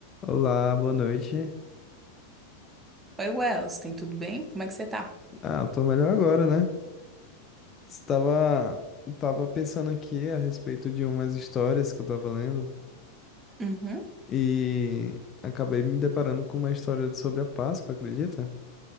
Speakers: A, on the left; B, on the right.
A: Olá, boa noite.
B: Oi, Wells, tem tudo bem? Como é que você tá?
A: Ah, eu tô melhor agora, né? Estava, tava pensando aqui a respeito de umas histórias que eu tava lendo
B: Uhum,
A: e acabei me deparando com uma história sobre a Páscoa, acredita?